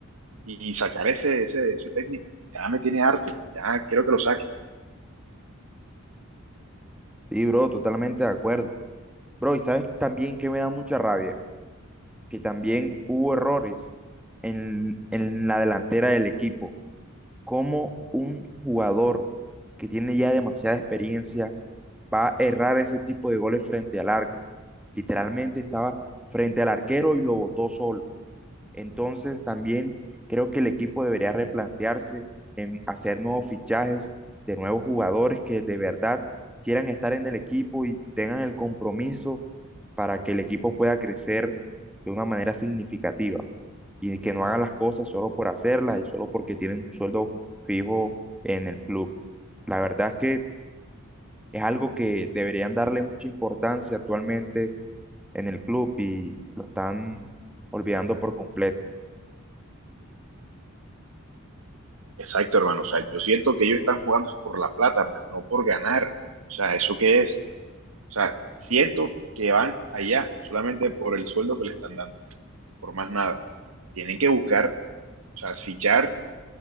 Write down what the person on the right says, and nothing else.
Y, y sacar ese, ese, ese técnico ya me tiene harto. Ya quiero que lo saque.
Exacto, hermano. O sea, yo siento que ellos están jugando es por la plata, más no por ganar. O sea, ¿eso qué es? O sea, siento que van allá solamente por el sueldo que le están dando, por más nada. Tienen que buscar, o sea, fichar